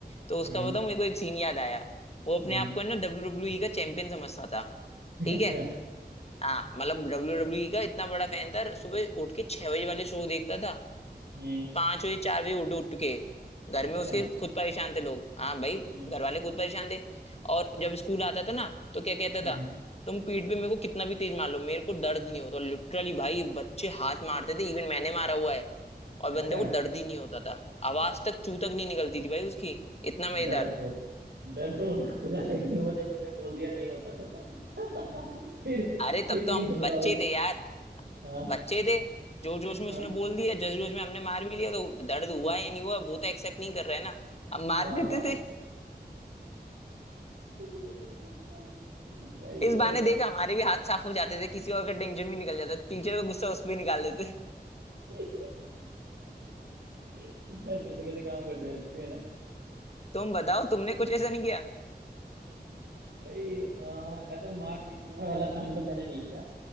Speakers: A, on the left (about 40°); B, on the right (about 85°).
A: तो उसका
B: हम्म
A: बताऊं मेरे को एक सीन याद आया वो अपने
B: हम्म
A: आप को है ना डब्ल्यू डब्ल्यू ई का चैंपियन समझता था
B: <laughs>
A: ठीक
B: अच्छा
A: है हाँ मतलब डब्ल्यू डब्ल्यू ई का इतना बड़ा फैन था सुबह उठ के छह बजे वाले शो देखता था
B: हम्म
A: पांच बजे चार बजे उठ उठ के घर
B: अच्छा
A: में उसके खुद परेशान थे लोग हाँ भाई
B: हम्म
A: घर वाले खुद परेशान थे और जब स्कूल आता था ना तो क्या कहता
B: हम्म
A: था तुम पीठ पे मेरे को कितना भी तेज मार लो मेरे को दर्द नहीं होता लिटरली भाई ये बच्चे हाथ मारते थे इवन मैंने मारा हुआ है और
B: अच्छा
A: बंदे को दर्द ही नहीं होता था आवाज तक चू तक नहीं निकलती थी भाई उसकी इतना मजेदार
B: दर्द हो दर्द होता <laughs> होगा लेकिन वो जब उसने बोल दिया नहीं होता तो <laughs> फिर फिर
A: अरे तब
B: नहीं
A: तो हम
B: होता
A: बच्चे
B: होगा
A: थे यार
B: हाँ
A: बच्चे थे जोर जोश में
B: हाँ
A: उसने बोल दिया जस जोश में हमने मार भी लिया तो दर्द
B: हम्म,
A: हुआ या नहीं हुआ वो तो एक्सेप्ट नहीं कर रहा है ना हम मार
B: हाँ
A: देते थे
B: <laughs> My
A: इस
B: God
A: बहाने देख हमारे भी हाथ साफ हो जाते थे किसी और का टेंशन भी निकल जाता टीचर का गुस्सा उस पे निकाल देते
B: यार कैसे कैसे काम करते हैं तुम भी है ना
A: तुम बताओ
B: बढ़िया
A: तुमने कुछ ऐसा नहीं किया
B: भाई अ, ऐसा मार पीटने वाला काम तो मैंने नहीं किया